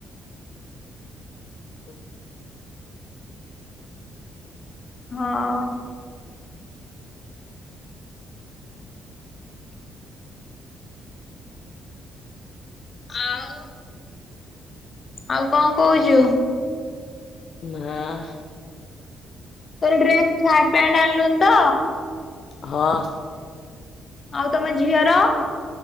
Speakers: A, on the left; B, on the left.
A: ହ <inaudible>
B: ହଁଅଁ ଆଉ। ଆଉ କଣ କହୁଚୁ?
A: ମା ଆ
B: ତୋର ଡ୍ରେସ ସାର୍ଟ ପ୍ୟାଣ୍ଟ ଆଣିଲୁନି ତ?
A: ହଁ।
B: ଆଉ ତମ ଝିଅର?